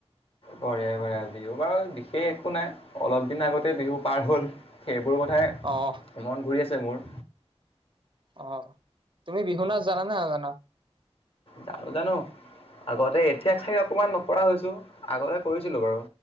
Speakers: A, on the left; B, on the right.
A: কৰে ঘৰে বিহু বাৰু বিশেষ একো নাই অলপ দিন আগতে বিহু পাৰ হ'ল সেই সবোৰ কথাই
B: অহ
A: মন কৰি আছিলো। মোৰ
B: অ' তুমি বিহু নাচ জানা নে নাজানা?
A: জানো-জানো আগতে এতিয়া খালি অকমান নপৰা হৈছো আগতে কৰিছিলোঁ বাৰু